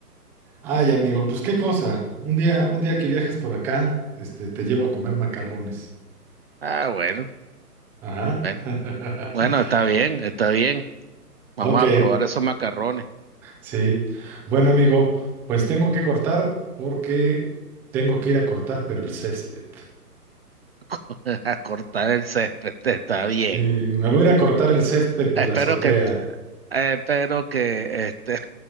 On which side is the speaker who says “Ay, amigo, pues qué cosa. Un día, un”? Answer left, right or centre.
Centre